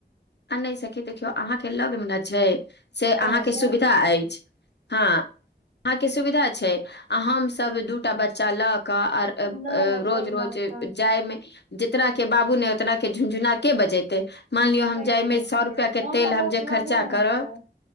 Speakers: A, on the left; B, on the right.
A: आ नय सखी देखियौ अहाँके लगमे ने छै से अहाँके
B: तें से
A: सुविधा अछि हँ अहाँके सुविधा छै आ हमसभ दूटा बच्चा ल कऽ आ
B: नहि नहि सही
A: रोज रोज
B: बात कहै
A: जायमे जितना के बाबू नै ओतना के झुनझुना के बजेते मान लियो
B: सही
A: हम जाइमे
B: बोलै
A: सौ
B: छियै
A: रुपैया के तेल
B: हमरा
A: हम
B: बस
A: जे
B: लगेमे
A: खर्चा करब
B: छै